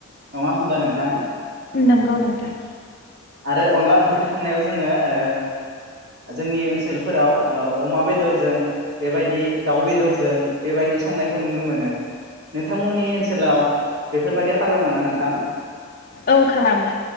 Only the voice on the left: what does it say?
नंगौ नोंथां।
औ खालामो